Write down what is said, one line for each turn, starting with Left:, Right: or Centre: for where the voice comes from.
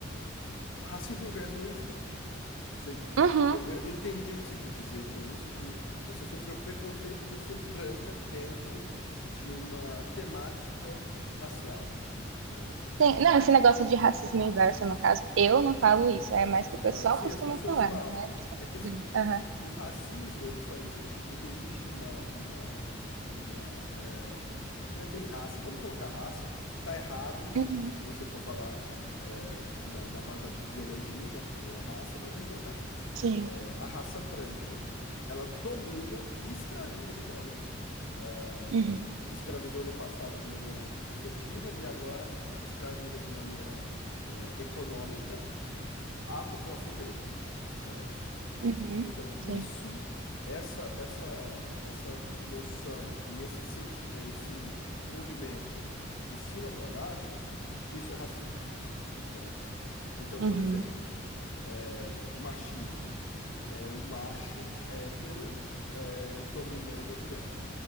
Left: O racismo inverso não existe. Eu sei que.
Right: Uhum.
Left: Eu, eu- eu entendi o que você quis dizer com isso, que você sofreu preconceito por ser branca dentro de uma temática racial, né?
Right: Tem- não, esse negócio de racismo inverso, no caso, eu não falo isso, é mais
Left: Aham.
Right: que o pessoal
Left: Sim,
Right: costuma
Left: as pessoas
Right: falar.
Left: falam. É que assim,
Right: Hum. Aham.
Left: o o racismo ele só existe porque existe uma, uma, uma, é, é que não é bem raça. Vamos colocar raça, tá errado
Right: Uhum.
Left: se você for falar é, na, na base da biologia, né? Porque não é raça, mas vamos colocar.
Right: Sim.
Left: é, a raça branca, ela domina e escraviza, literalmente. Ah,
Right: Uhum.
Left: escravizou no passado de maneira efetiva e agora escraviza de maneira, é, econômica a população negra, certo?
Right: Uhum.
Left: Então, isso,
Right: Sim.
Left: essa, essa, essa noção e esse, senti esse movimento de cima para baixo, isso é racismo, certo? Então,
Right: Uhum.
Left: por exemplo é, machismo. É o macho hétero é, dominando a mulher,